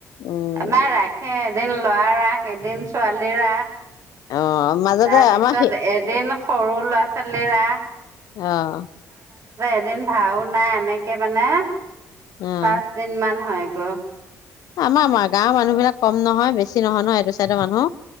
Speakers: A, on the left; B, on the right.
A: উম
B: আমাৰ ৰাখে এদিন লৰা, এদিন ছোৱালীৰ ৰাস
A: অ মাজতে
B: তাৰপিছত
A: আমাৰ সি
B: এদিন সৰু ল'ৰা-ছোৱালীৰ ৰস।
A: আহ'।
B: এদিন ভাওনা এনেকে মানে
A: অ'
B: পাঁচ দিন মান হয়। <unintelligible>
A: আমাৰ আমাৰ গাঁৱৰ মানুহ বিলাক কম নহয় বেছি নহয় নহয় এটো চাইডৰ মানুহ